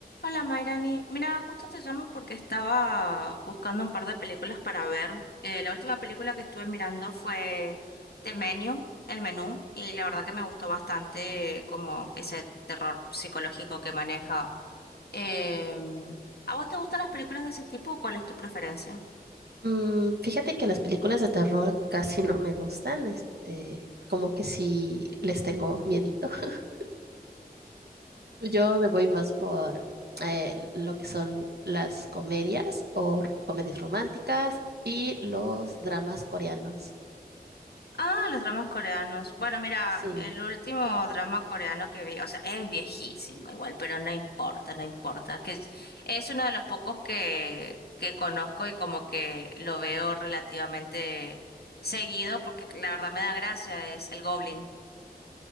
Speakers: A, on the left (about 75°); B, on the right (about 85°).
A: Hola Mayrani, mira, justo te llamo porque estaba buscando un par de películas para ver. Eh, la última película que estuve mirando fue The Menu, El Menú, y la verdad que me gustó bastante como ese terror psicológico que maneja. Em, ¿a vos te gustan las películas de ese tipo o cuál es tu preferencia?
B: Mm, fíjate que las películas de terror <laughs> casi no me gustan, este, como que sí les tengo miedito. <laughs> Yo me voy más por eh, lo que son las comedias o r- comedias románticas y los dramas coreanos.
A: Ah, los dramas coreanos. Bueno, mira,
B: Sí,
A: el último drama coreano que vi, o sea, es viejísimo igual, pero no importa, no importa, que es, es uno de los pocos que, que conozco y como que lo veo relativamente seguido, porque la verdad me da gracia, es el Goblin.